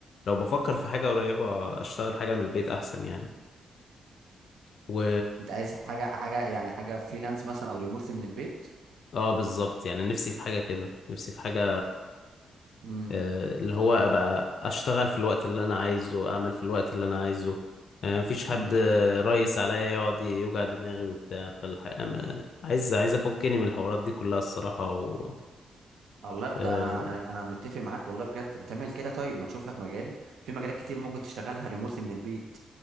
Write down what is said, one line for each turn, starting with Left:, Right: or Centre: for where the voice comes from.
Left: لو بفكر في حاجه قريبه اشتغل حاجه من البيت احسن يعني و
Right: انت عايز حاجه حاجه يعني حاجه فريلانس مثلا او ريموتلي من البيت
Left: اه بالظبط يعني نفسي في حاجه كده نفسي في حاجه
Right: امم
Left: آه، اللي هو ابقى اشتغل في الوقت اللي انا عايزه اعمل في الوقت اللي انا عايزه آه، مفيش حد
Right: امم
Left: آه، ريس عليا يقعد يوجع دماغي وبتاع فالحقيقة ما- عايز عايز افكني من الحوارات دي كلها الصراحة و...
Right: الله
Left: آه،
Right: ده انا انا انا متفق معاك والله بجد ما تعمل كده طيب ما تشوف لك مجال في مجالات كتير ممكن تشتغلها ريموتلي من البيت